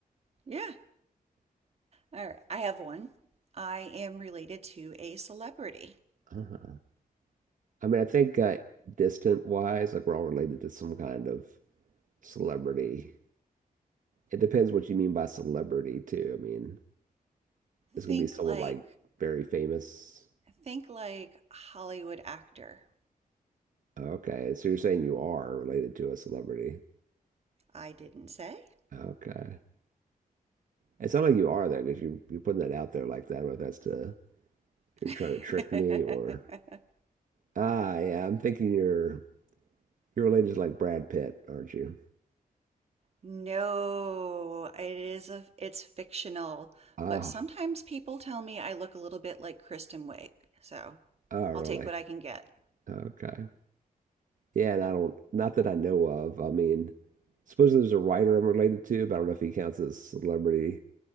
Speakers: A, on the right; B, on the right.
A: Yeah. All right. I have one. I am related to a celebrity.
B: Uh-huh. I mean, I think uh, distant wise, like we're all related to some kind of celebrity. It depends what you mean by celebrity too. I mean. It's
A: Think
B: gonna be someone
A: like,
B: like very famous.
A: think like Hollywood actor.
B: Okay, so you're saying you are related to a celebrity.
A: I didn't say.
B: Okay. It sounds like you are there because you you're putting that out there like that. I don't know if that's to
A: <laughs>
B: you're trying to trick me or ah yeah, I'm thinking you're you're related to like Brad Pitt, aren't you?
A: no, it is a, it's fictional,
B: Ah,
A: but sometimes people tell me I look a little bit like Kristen Wiig. So,
B: oh
A: I'll
B: really?
A: take what I can get.
B: Okay. Yeah, and I don't not that I know of. I mean, supposedly there's a writer I'm related to, but I don't know if he counts as celebrity